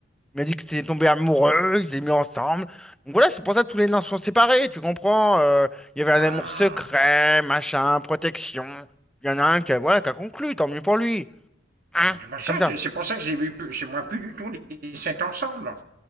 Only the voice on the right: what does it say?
Ah,
c'est
pour ça,
c'est, pour ça que j'ai vu plus, c'est moi plus du tout les sept ensemble.